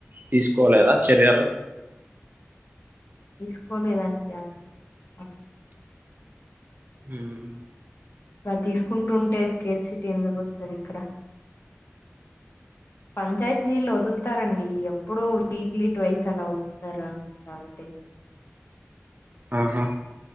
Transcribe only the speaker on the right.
తీస్కోలేదా చర్యలు
ఉమ్
ఆహా